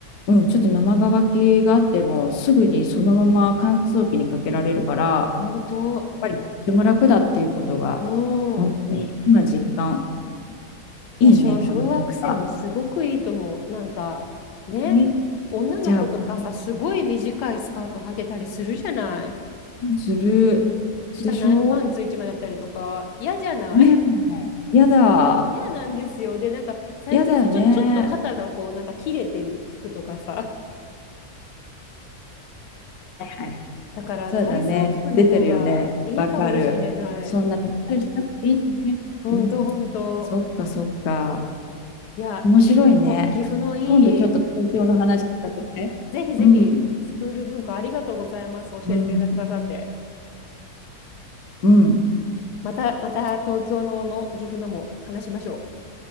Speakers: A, on the left (about 70°); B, on the left (about 80°).
A: うん、ちょっと生乾きがあっても、すぐにそのまま乾燥機にかけられるから、
B: 本当。
A: やっぱりとても楽だっていうことが、
B: う
A: 本当に今実感。
B: ん。
A: いいね、
B: いや、小、
A: この文化。
B: 小学生もすごくいいと思う。なんか、ね。
A: ね
B: 女の子とかさ、
A: じゃあ、これ
B: すごい短いスカート履いてたりするじゃない。
A: ずる
B: 下ない、
A: でしょ
B: パンツ一枚だったりとか、嫌じゃない
A: ね
B: <laughs>
A: え。やだ。
B: 嫌なんですよ。で、なんか、最近さ、
A: やだよね。
B: ちょ、ちょっと肩がこう、なんか切れてる服とかさ。
A: はいはい。
B: だから、
A: そうだね。
B: 体操服の方がいいかもしれない。
A: 出てるよね。わかる。そんなにったりしなくていいのにね。
B: 本当本当。
A: うん。そっかそっか。
B: いや、
A: 面白いね。
B: 岐阜の、岐阜のいい、
A: 今度ちょっと東京の話聞かせて。
B: ぜひぜひ、
A: うん。
B: スクール文化ありがとうございます。教えてくださって。
A: うん。うん。
B: また、また東京のも岐阜のも話しましょう。